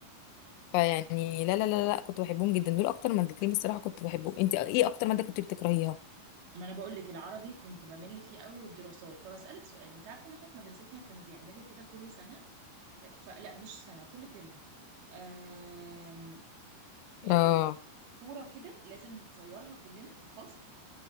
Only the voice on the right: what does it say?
ما انا بقول لك العربي كنت بمل فيه قوي والدراسات طب اسالك سؤال انت عارفه ان احنا في مدرستنا كانوا بيعملوا كده كل سنه فلا مش سنه كل ترم آم... إيه...
يعني صوره كده لازم نتصورها كلنا كفصل